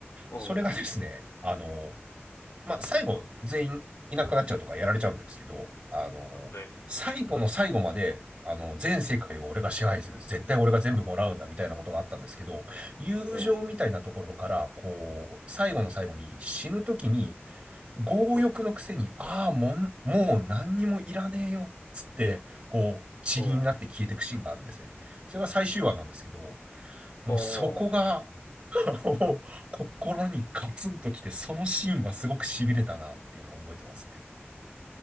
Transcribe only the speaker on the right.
それがですね、あの、まあ、最後、全員いなくなっちゃうとかやられちゃうんですけど、あの、
最後の最後まで、あの、全世界を俺が支配する。絶対俺が全部もらうんだ、みたいなことがあったんですけど、友情みたいなところから、
こう、最後の最後に死ぬ時に、強欲のくせに、
ああ、もん、もう何にもいらねえよ、つって、こう、塵になって消えていくシーンがあるんですね。
それが最終話なんですけど、もうそこが、
<laughs> お心にガツンときて、そのシーンはすごく痺れたなっていうのを覚えてますね。